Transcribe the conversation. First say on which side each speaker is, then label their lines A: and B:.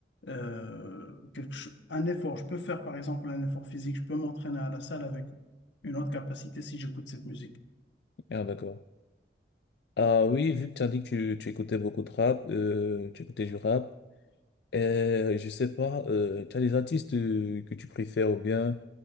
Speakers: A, on the left (about 85°); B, on the left (about 65°).
A: euh, quelque, cho- un effort. Je peux faire, par exemple, un effort physique, je peux m'entraîner à la salle avec une autre capacité si j'écoute cette musique.
B: Ah d'accord. Ah oui, vu que tu as dit que tu, tu écoutais beaucoup de rap, euh, tu écoutais du rap. Euh, je sais pas, euh, tu as des artistes euh, que tu préfères ou bien